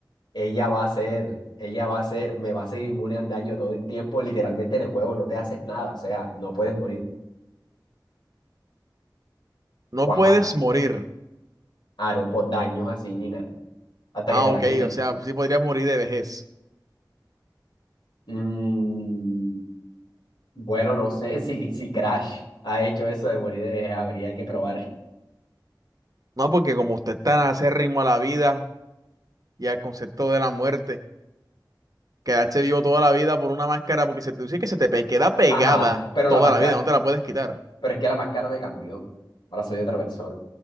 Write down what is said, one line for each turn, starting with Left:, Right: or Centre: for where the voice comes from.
Left: ella va a ser, ella va a ser, me va a ser inmune al daño todo el tiempo, literalmente en el juego no te haces nada, o sea, no puedes morir,
Right: No
Left: guajaja,
Right: puedes morir.
Left: aro por daños así ni nada, hasta
Right: Ah,
Left: que te
Right: ok,
Left: la quite.
Right: o sea, sí podrías morir de vejez.
Left: Mm, bueno, no sé <laughs> si, si Crash ha hecho eso de morir de vejez, habría que probar.
Right: No, porque como usted está tan acérrimo a la vida y al concepto de la muerte, quedarse vivo toda la vida por una máscara, porque se te dice que se te pe- queda pegada
Left: Ajá, pero
Right: toda
Left: la máscara,
Right: la vida, no te la puedes quitar. <laughs>
Left: pero es que la máscara me cambió. Ahora soy otra persona.